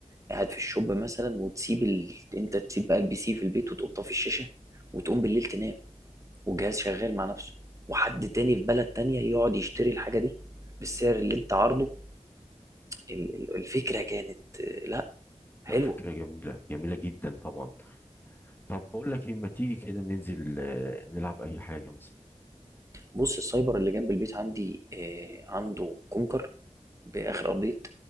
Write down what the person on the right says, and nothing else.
قاعد في الشوب مثلا وتسيب ال... انت تسيب بقى البي سي في البيت وتقوم طافي الشاشة وتقوم بالليل تنام والجهاز شغال مع نفسه وحد تاني في بلد تانية يقعد يشتري الحاجة دي بالسعر اللي انت عارضه ال- ال- الفكرة كانت آه، لا حلوة
بص السايبر اللي جنب البيت عندي آه، عنده كونكر باخر ابديت